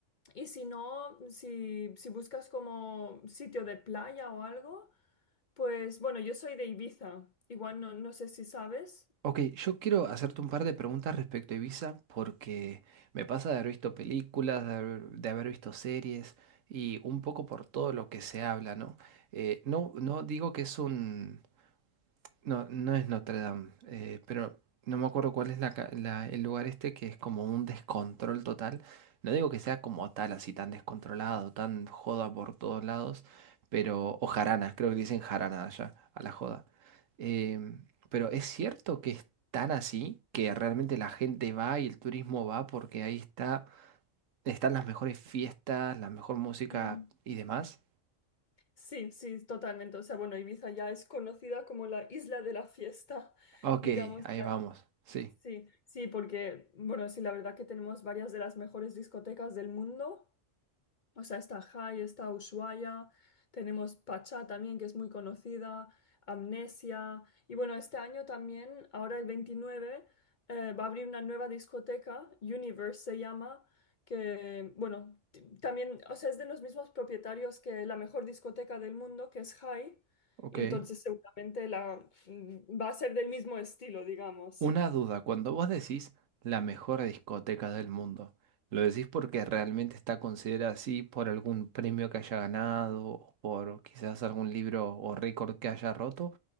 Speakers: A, on the left; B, on the right.
A: Y si no, si, si buscas como sitio de playa o algo, pues bueno, yo soy de Ibiza, igual no, no sé si sabes.
B: Ok, yo quiero hacerte un par de preguntas respecto a Ibiza porque me pasa de haber visto películas, de haber, de haber visto series y un poco por todo lo que se habla, ¿no? Eh, no, no digo que es un... No, no es Notre Dame, eh, pero no me acuerdo cuál es la ca- la- el lugar este que es como un descontrol total. No digo que sea como tal, así tan descontrolado, tan joda por todos lados, pero... O jarana, creo que dicen jarana allá, a la joda. Em, pero es cierto que es tan así, que realmente la gente va y el turismo va porque ahí está, están las mejores fiestas, la mejor música
A: Mm.
B: y demás.
A: Sí, sí, totalmente. O sea, bueno, Ibiza ya es conocida como la isla de la fiesta, <laughs>
B: Ok,
A: digamos.
B: ahí vamos. Sí,
A: Sí, sí, porque, bueno, sí, la verdad que tenemos varias de las mejores discotecas del mundo. O sea, está Jai, está Ushuaia, tenemos Pachá también, que es muy conocida, Amnesia. Y bueno, este año también, ahora el 29 eh, va a abrir una nueva discoteca, Universe se llama, que, bueno, t- también, o sea, es de los mismos propietarios que la mejor discoteca del mundo, que es Jai.
B: ok.
A: Y entonces seguramente la, mm, va a ser del mismo estilo, digamos.
B: Una duda, cuando vos decís la mejor discoteca del mundo, ¿lo decís porque realmente está considerada así por algún premio que haya ganado o por quizás algún libro o récord que haya roto?